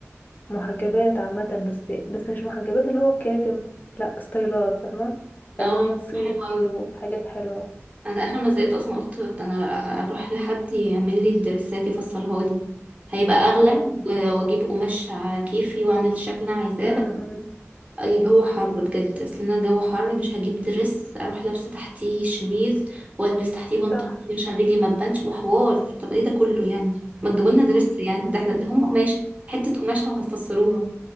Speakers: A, on the left; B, on the right.
A: محجبات عامة بس بس مش محجبات اللي هو الكاتم لا ستايلات فاهمة
B: اه
A: ألوان صيفي
B: حلو أوي.
A: وحاجات حلوة
B: انا اخر ما زهقت اصلا قلت انا اروح لحد يعمل لي الدرسات يفصلها لي هيبقى اغلى
A: اه
B: و- واجيب قماش على كيفي واعمل الشكل اللي انا عايزاه
A: امم
B: الجو حر بجد اصل انا الجو حر مش هجيب درس اروح لابسه تحتيه شميز والبس تحتيه بنطلون
A: صح
B: عشان رجلي ما تبانش وحوار طب ايه ده كله يعني ما تجيبوا لنا درس يعني ده احنا ده هم قماشه حته قماشه وهتفسروها